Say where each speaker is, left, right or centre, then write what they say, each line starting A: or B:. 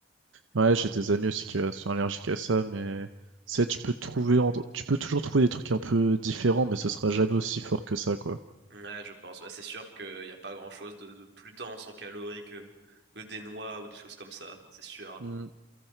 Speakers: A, on the right; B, on the right.
A: Ouais, j'ai des amis aussi qui euh, sont allergiques à ça, mais c'est tu peux trouver, en- tu peux toujours trouver des trucs un peu différents, mais ce sera jamais aussi fort que ça, quoi.
B: Ouais, je pense. Bah, c'est sûr qu'il n'y a pas grand-chose de, de plus dense en calories que, que des noix ou des choses comme ça, c'est sûr.
A: Mm.